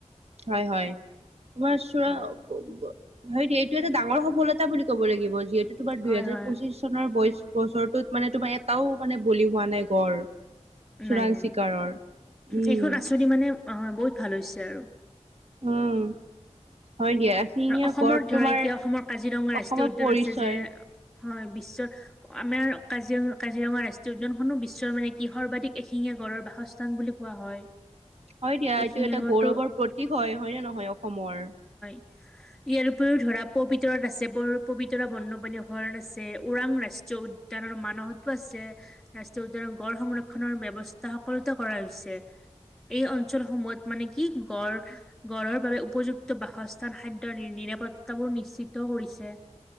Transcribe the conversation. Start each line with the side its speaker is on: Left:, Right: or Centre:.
Right: হয় হয় তোমাৰ চৰা-
Centre: হয়,
Right: হয় দিয়া এইটো এটা ডাঙৰ সফলতা বুলি ক'ব লাগিব যিহেতু তোমাৰ
Centre: হয়,
Right: দুইহেজাৰ
Centre: হয়
Right: পঁচিশ চনৰ বয় বছৰটোত মানে তোমাৰ এটাও মানে বলি হোৱা নাই গড়- চোৰাং
Centre: নাই নাই
Right: চিকাৰৰ উম
Centre: এইখন আচনি মানে অ বহুত ভাল হৈছে। আৰু
Right: উম হয় দিয়া এশিঙীয়া
Centre: আৰু অসমৰ
Right: গড়
Centre: ধৰা
Right: তোমাৰ
Centre: এতিয়া অসমৰ কাজিৰঙা ৰাষ্ট্ৰীয়
Right: অসমৰ
Centre: উদ্যান
Right: পৰিচয়
Centre: আছে। যে হয় বিশ্ব আমাৰ কাজিৰ কাজিৰঙা, ৰাষ্ট্ৰীয় উদ্যানখননো বিশ্বৰ মানে কি সৰ্বাধিক এশিঙীয়া, গড়ৰ বাসস্থান বুলি কোৱা হয়।
Right: হয় দিয়া
Centre: এশিঙীয়া
Right: এইটো এটা
Centre: গঁড়টো
Right: গৌৰৱৰ প্ৰতীক হয় হয় ন নহয় অসমৰ।
Centre: <inaudible> ইয়াৰ উপৰিও ধৰা পবিতৰত আছে পবিতৰা বনপাণী ঘণ আছে ওৰাং ৰাষ্ট্ৰীয় উদ্যান। মানহতো আছে ৰাষ্ট্ৰীয় উদ্যানৰ গড় সংৰক্ষনৰৰ ব্যৱস্থা সকলোতো কৰা হৈছে। এই অঞ্চলসমূহত মানে কি গড় গঁড়ৰ বাবে উপযুক্ত বাসস্থ খাদ্য নিৰাপত্তাবোৰ নিশ্চিত কৰিছে।